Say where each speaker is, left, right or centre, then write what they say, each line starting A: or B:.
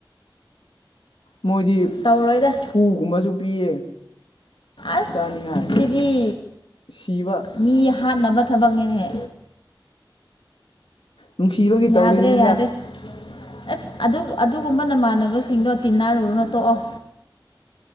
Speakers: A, on the left (about 90°); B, on the left (about 70°).
A: ꯃꯣꯏꯗꯤ
B: ꯇꯧꯔꯣꯏꯗ
A: ꯍꯨꯒꯨꯝꯕꯁꯨ ꯄꯤꯌꯦ
B: ꯑꯁ
A: ꯆꯥꯅꯤꯡꯉꯥꯏ
B: ꯁꯤꯗꯤ
A: ꯁꯤꯕ
B: ꯃꯤ ꯍꯥꯠꯅꯕ ꯊꯕꯛꯅꯦꯅꯦ
A: ꯅꯨꯡꯁꯤꯕꯒꯤ ꯇꯧꯔꯤꯅꯤꯗ
B: ꯌꯥꯗ꯭ꯔꯦ ꯌꯥꯗ꯭ꯔꯦ ꯑꯁ ꯑꯗꯨꯒꯨꯝꯕ ꯅꯃꯥꯟꯅꯕꯁꯤꯡꯗꯣ ꯇꯤꯟꯅꯔꯨꯔꯅꯣ ꯇꯣꯛꯑꯣ